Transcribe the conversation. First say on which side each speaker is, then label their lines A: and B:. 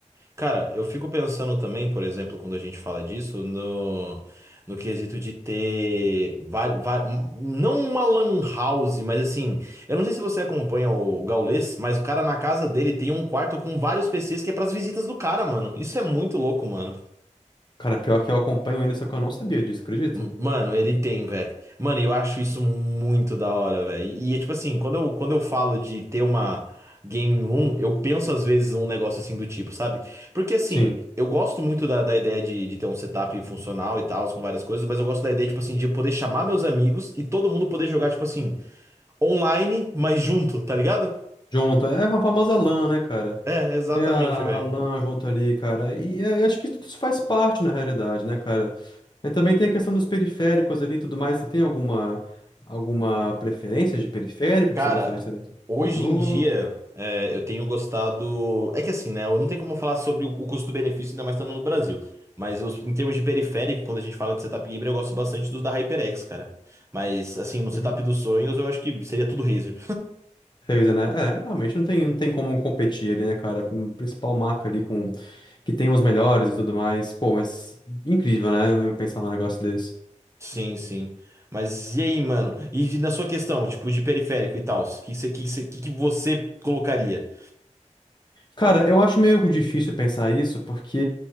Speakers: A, on the right; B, on the left.
A: Cara, eu fico pensando também, por exemplo, quando a gente fala disso, no, no quesito de ter vari- va- não uma lan house, mas assim, eu não sei se você acompanha o, o Gaules, mas o cara na casa dele tem um quarto com vários PCs que é pras visitas do cara, mano. Isso é muito louco, mano.
B: Cara, pior que eu acompanho ele, só que eu não sabia disso, acredita?
A: M- Mano, ele tem, velho. Mano, eu acho isso muito da hora, velho. E, é tipo assim, quando eu, quando eu falo de ter uma gaming room, eu penso às vezes um negócio assim do tipo, sabe? Porque assim,
B: Sim.
A: eu gosto muito da, da ideia de, de ter um setup funcional e tal, com várias coisas, mas eu gosto da ideia, tipo assim, de eu poder chamar meus amigos e todo mundo poder jogar, tipo assim, online, mas junto, tá ligado?
B: Junto, é a famosa LAN, né, cara?
A: É, exatamente,
B: Ter a,
A: velho.
B: a LAN junto ali, cara. E é, eu acho que tudo isso faz parte, na realidade, né, cara? E também tem a questão dos periféricos ali e tudo mais. Você tem alguma, alguma preferência de periférico
A: Cara,
B: que você gostaria de ter no seu computador?
A: hoje em dia é, eu tenho gostado. É que assim, né? Eu não tenho como falar sobre o o custo-benefício, ainda mais estando no Brasil. Mas os- em termos de periférico, quando a gente fala de setup gamer, eu gosto bastante dos da HyperX, cara. Mas assim, no setup
B: Uhum.
A: dos sonhos, eu acho que seria tudo Razer.
B: Razer, né? É, realmente não tem, não tem como competir ali, né, cara? A principal marca ali com que tem os melhores e tudo mais. Pô, mas incrível, né? Pensar um negócio desse.
A: Sim, sim. Mas e aí, mano? E de- na sua questão, tipo, de periférico e tal, o que, que, você- que, que você que que você colocaria?
B: Cara, eu acho meio difícil pensar isso, porque